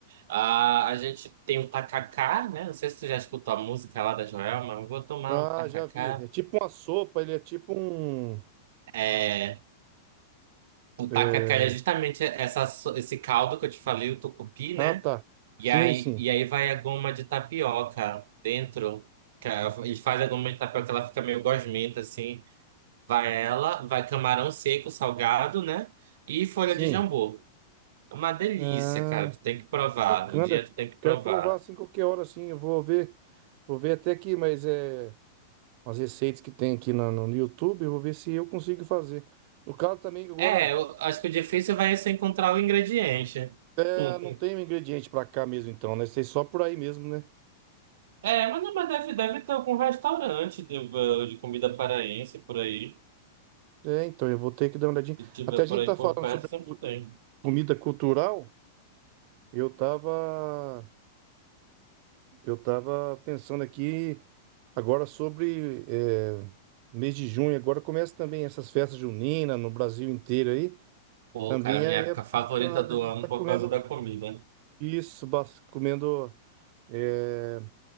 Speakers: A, on the right; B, on the right.
A: Ah, a gente tem o tacacá, né? Não sei se tu já escutou a música lá da Joelma, mas vou tomar
B: Ah,
A: um tacacá.
B: já vi. É tipo uma sopa, ele é tipo um.
A: É, o tacacá
B: é,
A: é justamente essa, so- esse caldo que eu te falei, o tucupi,
B: Ah,
A: né?
B: tá. Sim,
A: E aí,
B: sim,
A: e aí vai a goma de tapioca dentro. que a- E faz a goma de tapioca, ela fica meio gosmenta, assim. Vai ela, vai camarão seco, salgado, né? E folha
B: sim.
A: de jambu. É Uma delícia,
B: Ah,
A: cara. Tu tem que provar.
B: bacana.
A: Um dia tu tem que provar.
B: Quero provar assim qualquer hora, assim. Eu vou ver, vou ver até aqui, mas é as receitas que tem aqui na- no, no YouTube, eu vou ver se eu consigo fazer. No caso também agora.
A: É, eu acho que o difícil vai ser encontrar o ingrediente.
B: É,
A: <laughs>
B: não tem um ingrediente pra cá mesmo, então, né? Sei só por aí mesmo, né?
A: É, mas, não, mas deve, deve ter algum restaurante de, eh, de comida paraense por aí.
B: É, então, eu vou ter que dar uma olhadinha.
A: Se tiver
B: Até a gente
A: por aí
B: tá falando
A: por perto,
B: sobre
A: sempre
B: cu-
A: tem.
B: comida cultural, eu tava, eu tava pensando aqui agora sobre é, mês de junho, agora começa também essas festas juninas no Brasil inteiro aí.
A: Pô,
B: Também
A: cara,
B: é
A: minha época
B: época
A: favorita
B: de tá- da
A: do
B: gente
A: ano
B: tá
A: por
B: comendo
A: causa da comida.
B: isso, bas- comendo. é,